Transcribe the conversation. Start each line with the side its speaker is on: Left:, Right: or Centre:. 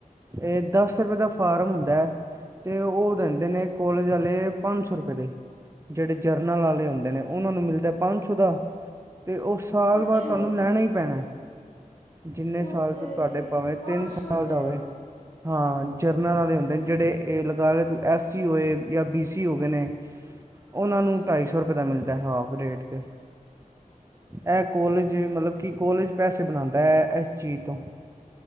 Right: ਇਹ ਦਸ ਰੁਪਏ ਦਾ ਫਾਰਮ ਹੁੰਦਾ ਹੈ। ਤੇ ਉਹ ਰਹਿੰਦੇ ਨੇ ਕੋਲਜ ਵਾਲੇ ਪੰਜ ਸੌ ਰਪਏ ਦੇ ਜਿਹੜੇ ਜਰਨਲ ਵਾਲੇ ਹੁੰਦੇ ਨੇ ਉਹਨਾਂ ਨੂੰ ਮਿਲਦਾ ਪੰਜ ਸੌ ਦਾ ਤੇ ਉਹ ਸਾਲ
Left: ਅੱਛਾ
Right: ਬਾਅਦ ਤੁਹਾਨੂੰ ਲੈਣਾ ਹੀ ਪੈਣਾ ਜਿੰਨੇ
Left: ਉਹ
Right: ਸਾਲ
Left: ਤੇਰੇ
Right: ਤੋਂ ਤੁਹਾਡੇ ਭਾਵੇਂ
Left: ਪੰਜ
Right: ਤਿੰਨ ਸਾਲ
Left: ਸੌ ਰੁਪਏ
Right: ਦਾ ਹੋਵੇ ਹਾਂ ਜਰਨਲ ਵਾਲੇ ਹੁੰਦੇ ਨੇ ਜਿਹੜੇ ਇਹ ਲਗਾ ਲਾ ਤੂੰ ਐਸ ਸੀ ਹੋ ਜਾਂ ਬੀ ਸੀ ਹੋਗੇ ਨੇ
Left: ਹਮ
Right: ਉਹਨਾਂ ਨੂੰ ਢਾਈ ਸੌ ਰੁਪਏ ਦਾ ਮਿਲਦਾ ਹਾਫ ਰੇਟ ਤੇ ਇਹ ਕੋਲਜ ਮਤਲਬ ਕਿ ਕੋਲੇਜ ਪੈਸੇ ਬਣਾਉਂਦਾ ਹੈ ਇਸ ਚੀਜ਼ ਤੋਂ